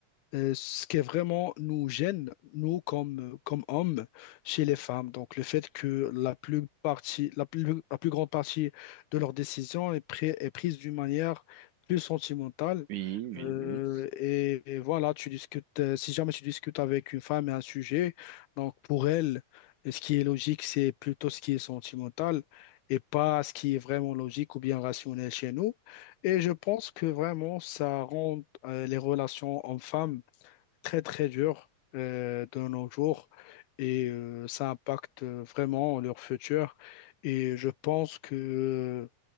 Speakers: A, on the left; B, on the right.
A: euh, ce qui est vraiment nous gêne, nous comme, comme hommes, chez les femmes. Donc le fait que la plus partie, la plus, la plus grande partie de leurs décisions est, pri- est prise d'une manière plus sentimentale.
B: Oui, oui,
A: Euh,
B: oui.
A: et, et voilà, tu discutes, euh, si jamais tu discutes avec une femme et un sujet, donc pour elle, ce qui est logique, c'est plutôt ce qui est sentimental et pas ce qui est vraiment logique ou bien rationnel chez nous. Et je pense que vraiment, ça rend euh, les relations hommes-femmes très très dur euh, de nos jours et euh, ça impacte vraiment leur futur. Et je pense que,